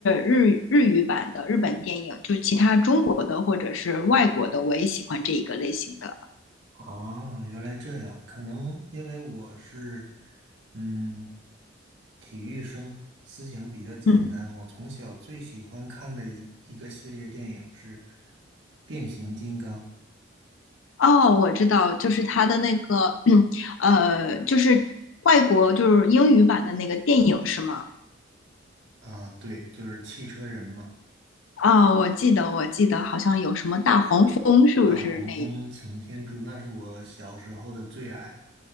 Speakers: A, on the left (about 85°); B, on the right (about 65°).
A: 日日语版的日本电影，就其他中国的或者是外国的，我也喜欢这一个类型的。
B: 啊，原来这样，可能因为我是，嗯，体育生，思想比较简单。
A: 嗯，
B: 我从小最喜欢看的一一个系列电影是《变形金刚》
A: 哦，我知道，就是它的那个，<clears throat> 呃，就是外国就是英语版的那个电影是吗？
B: 啊，对，就是汽车人嘛，
A: 哦，我记得，我记得好像有什么大黄蜂，是不是那？
B: 大黄蜂、擎天柱，那是我小时候的最爱。